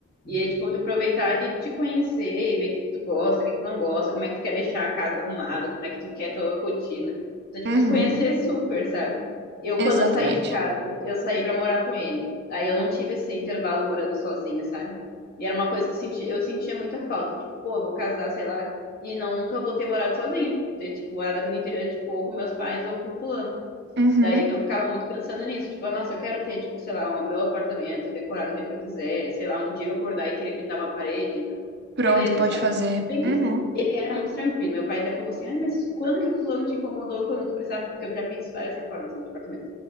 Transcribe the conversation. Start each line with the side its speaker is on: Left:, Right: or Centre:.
Left: E é, tipo, tu aproveitar de te conhecer e ver o que que tu gosta, o que que tu não gosta, como é que tu quer deixar a casa arrumada, como é que tu quer tua rotina. Então, tipo,
Right: Uhum.
Left: te conhecer é super, sabe? Eu,
Right: Exatamente.
Left: quando eu saí de casa, eu saí pra morar com ele. Aí eu não tive esse intervalo morando sozinha, sabe? E era uma coisa que senti, eu sentia muita falta. Tipo, pô, eu vou casar, sei lá, e não, nunca vou ter morado sozinha. Ter, tipo, morado a vida inteira, tipo, ou com meus pais ou com fulano.
Right: Uhum.
Left: Daí eu ficava muito pensando nisso. Tipo, ah, nossa, eu quero ter, tipo, sei lá, o meu apartamento decorado do jeito que eu quiser. Sei lá, um dia eu acordar e querer pintar uma parede.
Right: Pronto,
Left: Beleza,
Right: pode
Left: sabe?
Right: fazer.
Left: Bem
Right: Uhum.
Left: que ele era muito tranquilo. Meu pai até falou assim, ai, mas quando que o fulano te incomodou quando tu precisava? Porque eu já fiz várias reformas no apartamento.